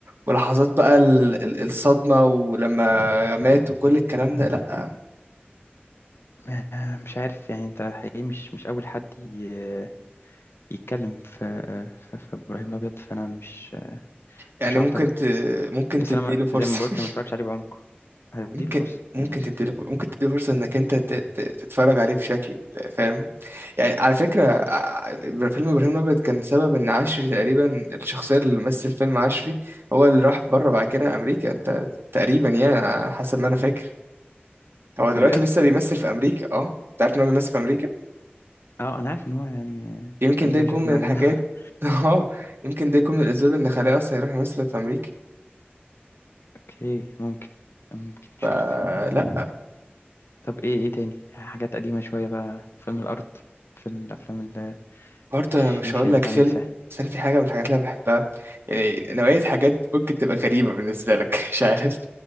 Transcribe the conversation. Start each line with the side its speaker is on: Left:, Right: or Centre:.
Right: ولحظات بقى ال... ال- الصدمة ولما مات وكل الكلام ده لأ
Left: <laughs> مش عارف يعني انت حقيقي مش مش اول حد ي- يتكلم في في, في ابراهيم الابيض فانا مش
Right: يعني
Left: مش هعترض
Right: ممكن ت... ممكن
Left: بس
Right: تديله
Left: انا ما-
Right: فرصة
Left: زي ما قلت
Right: <laughs>
Left: ما اتفرجش عليه بعمق هديله
Right: ممكن
Left: فرصه
Right: ممكن
Left: يعني
Right: تديله فرصة. ممكن تديله فرصة انك انت ت... ت... تتفرج عليه بشكل فاهم يعني على فكرة ع- فيلم ابراهيم الابيض كان سبب ان عشري تقريبا الشخصية اللي مثل فيلم عشري هو اللي راح بره بعد كده امريكا انت تقريبا يعني على حسب ما انا فاكر هو دلوقتي
Left: بجد
Right: لسه بيمثل في امريكا اه انت عارف ان هو بيمثل في امريكا
Left: اه انا عارف ان هو يعني
Right: يمكن
Left: عندنا
Right: ده يكون
Left: مشاكل
Right: من
Left: معاه
Right: الحاجات
Left: جامده <laughs>
Right: <laughs> اه يمكن ده يكون من الأسباب إن خلاه أصلا يروح يمثل في أمريكا
Left: اوكي ممكن ممكن مش
Right: فلا
Left: عارف طب ايه ايه تاني حاجات قديمه شويه بقى فيلم الارض فيلم الافلام اللي
Right: برضه
Left: مش
Right: أنا مش
Left: مش
Right: هقول
Left: ينفع
Right: لك فيلم
Left: ننساها
Right: بس أنا في حاجة من الحاجات اللي أنا بحبها يعني نوعية حاجات ممكن تبقى غريبة بالنسبة لك <laughs> مش عارف